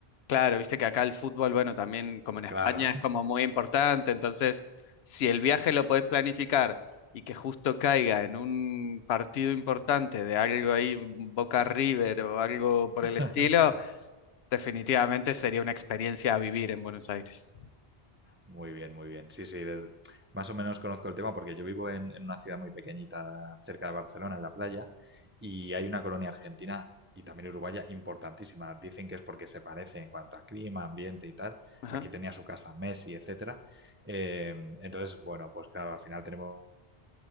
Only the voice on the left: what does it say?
claro, viste que acá el fútbol, bueno, también como en
España es como muy importante, entonces, si el viaje lo podés planificar y que justo caiga en un partido importante de algo ahí, Boca River o algo por
el estilo, definitivamente sería una experiencia a vivir en Buenos Aires.
Ajá.